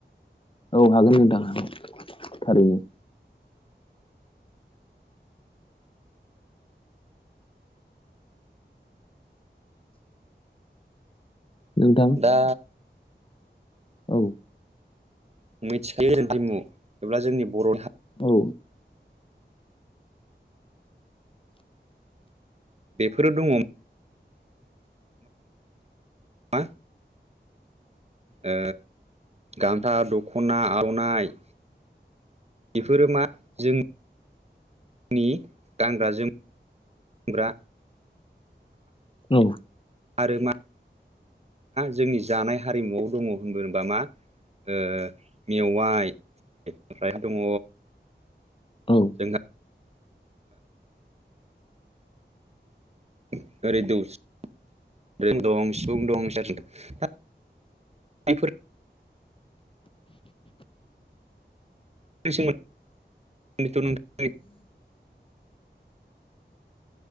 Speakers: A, on the left; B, on the right.
A: औ हागोन नोंथां थारैनो नोंथां
B: दा
A: औ
B: मिथिखायो <unintelligible> हारिमु जोंनि बर'नि हा
A: औ
B: बेफोरो दङ मा ओ गान्था दख'ना आर'नाइ बेफोरो मा जों नि गानग्रा जोमग्रा
A: औ
B: आरो मा जोंनि जानाय हारिमुआव दङ होनोबा मा ओ मेवाइ ओमफ्राय दङ
A: औ
B: जोंहा <unintelligible> बेफोरनि <unintelligible>